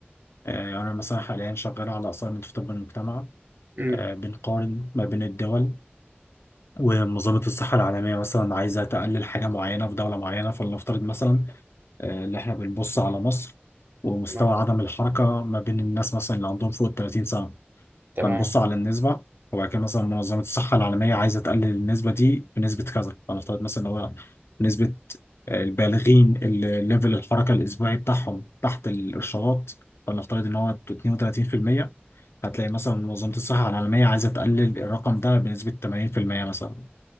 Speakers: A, on the left; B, on the right.
A: آه، يعني انا مثلا حاليا شغال على assignment في طب المجتمع
B: امم
A: آه، بنقارن ما بين الدول ومنظمة الصحة العالمية مثلا عايزة تقلل حاجة معينة في دولة معينة فلنفترض مثلا آه، اللي احنا بنبص على مصر ومستوى
B: تمام
A: عدم الحركة ما بين الناس مثلا اللي عندهم فوق ال 30 سنة
B: تمام
A: فنبص على النسبة وبعد كده مثلا منظمة الصحة العالمية عايزة تقلل النسبة دي بنسبة كذا فنفترض مثلا إن هو نسبة آه، البالغين اللي ليفل الحركة الأسبوعي بتاعهم تحت الإرشادات فنفترض إن هو 32% هتلاقي مثلا منظمة الصحة العالمية عايزة تقلل الرقم ده بنسبة 80% مثلا